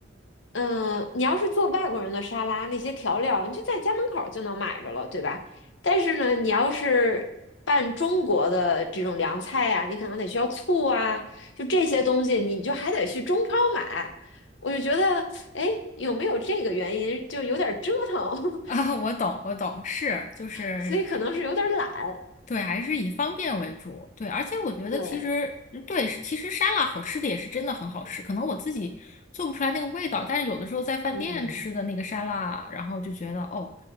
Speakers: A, on the left; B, on the left.
A: 嗯、你要是做外国人的沙拉，那些调料你就在家门口就能买着了，对吧？但是呢，你要是拌中国的这种凉菜啊，你可能得需要醋啊，就这些东西，你就还得去中超买。我就觉得。哎，有没有这个原因？就有点折腾，
B: <laughs> 啊，我懂，我懂，是就是
A: <laughs> 所以可能是有点懒。
B: 对，还是以方便为主。对，而且我觉得其实嗯对，
A: 对，
B: 其实沙拉好吃的也是真的很好吃。可能我自己做不出来那个味道，但是有的时候在饭店吃的那个沙拉，
A: 嗯，
B: 然后就觉得哦，